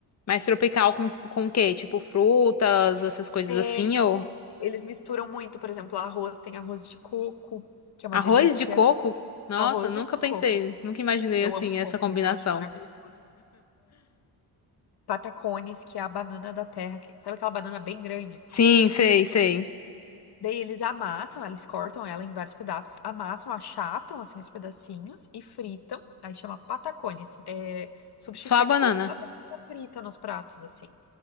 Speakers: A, on the left; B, on the left.
A: mais tropical com, com o quê? Tipo frutas, essas coisas
B: É,
A: assim, ou
B: eles misturam muito, por exemplo, arroz, tem arroz de coco, que é uma
A: arroz
B: delícia.
A: de coco? Nossa,
B: Arroz
A: nunca
B: de
A: pensei,
B: coco.
A: nunca imaginei
B: E Eu
A: assim
B: amo coco,
A: essa combinação.
B: né? Então eu acho maravilhoso. Patacones, que é a banana da terra, que- sabe aquela banana bem grande?
A: Sim, sei, sei.
B: Daí eles amassam, eles cortam ela em vários pedaços, amassam, achatam assim os pedacinhos e fritam. Aí chama patacones. É, substitui
A: Só a banana.
B: tipo a batata frita nos pratos assim.